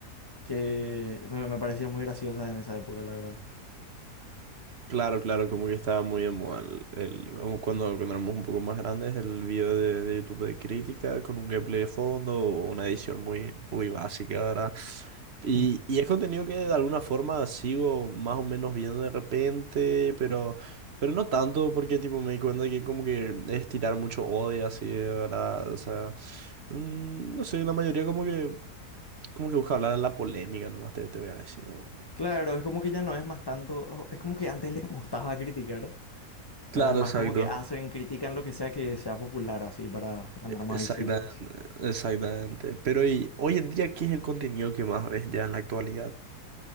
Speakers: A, on the left; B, on the right.
A: que me, me parecían muy graciosas en esa época, la verdad.
B: Claro, claro, como que estaba muy en moda el, el- como cuando, cuando éramos un poco más grandes, el video de, de YouTube de crítica con un gameplay de fondo o una edición muy, muy básica, ¿verdad? Y,
A: Mm.
B: y es contenido que de alguna forma sigo más o menos viendo de repente, pero, pero no tanto, porque tipo me di cuenta que como que es tirar mucho odio así, de verdad. O sea, mm, no sé, la mayoría como que, como que busca hablar de la polémica, nomás te, te voy a decir. ¿no?
A: Claro, es como que ya no es más tanto, oh, es como que antes les gustaba criticar,
B: Claro,
A: ahora es más
B: exacto.
A: como que hacen, critican lo que sea que sea popular así para ganar más
B: Exactamente,
A: visitas.
B: exactamente. Pero y hoy en día, ¿qué es el contenido que más ves ya en la actualidad?